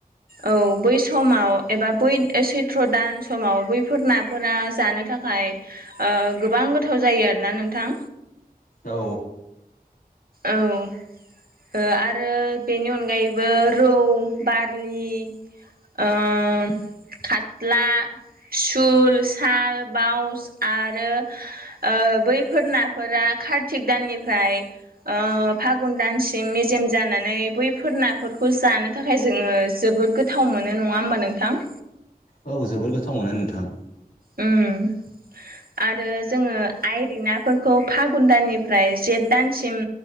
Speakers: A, on the right (about 70°); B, on the left (about 65°).
A: औ बै समाव एबा बैद सैथ्र दान समाव बैफोर नाफोरा जानो थाख थाखाय ओह गोबां गोथाव जायो आरोना नोंथां
B: औ
A: औ ओ आरो बेनि अनगायैबो रौ बारलि ओम खात्ला सुल साल बाउस आरो ओ ओ बैफोर नाफोरा खार्तिक दाननिफ्राय ओ फागुन दानसिम मेजेम जानानै बैफोर नाफोरखौ जानो थाखाय जोङो जोबोद गोथाव मोनो नङा होमबा नोंथां
B: औ जोबोर गोथाव मोनो नोंथां
A: उम आरो जोङो आइरि नाफोरखौ फागुन दाननिफ्राय जेठ दानसिम